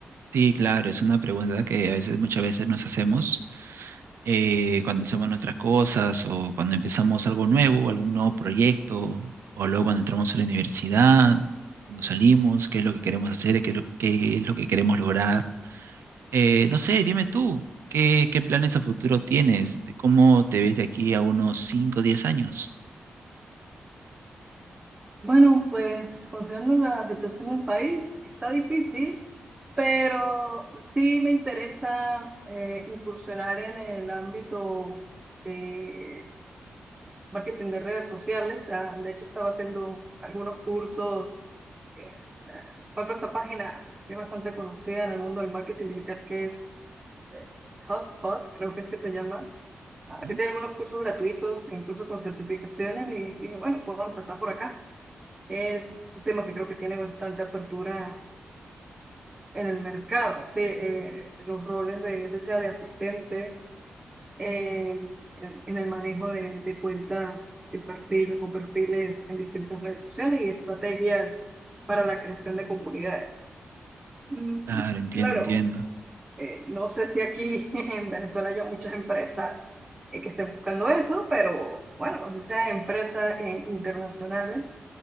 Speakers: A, on the right; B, on the right.
A: Sí, claro, es una pregunta que a veces, muchas veces nos hacemos eh, cuando hacemos nuestras cosas o cuando empezamos algo nuevo, algún nuevo proyecto, o luego cuando entramos a la universidad, cuando salimos, qué es lo que queremos hacer, qué es lo, qué es lo que queremos lograr. Eh, no sé, dime tú, ¿qué, qué planes a futuro tienes? ¿De ¿Cómo te ves de aquí a unos 5, o 10 años?
B: Bueno, pues considerando la situación del país, está difícil, pero sí me interesa eh, incursionar en el ámbito de marketing de redes sociales. Ya, De hecho, estaba haciendo algunos cursos. eh, eh, Por ejemplo, esta página que es bastante conocida en el mundo del marketing digital, que es eh, Hotspot, creo que es que se llama,
A: ¿Ya?
B: ah, que tiene algunos cursos gratuitos, e incluso con certificaciones, y dije, bueno, puedo empezar por acá. Es un tema que creo que tiene bastante apertura en el mercado, sí, eh, los roles de, ya sea de asistente eh, en, en el manejo de, de cuentas de perfil o perfiles en distintas redes sociales y estrategias para la creación de comunidades. Mm,
A: Claro, entiendo,
B: claro,
A: entiendo.
B: eh, no sé si aquí <laughs> en Venezuela haya muchas empresas eh, que estén buscando eso, pero bueno, si sean empresas eh, internacionales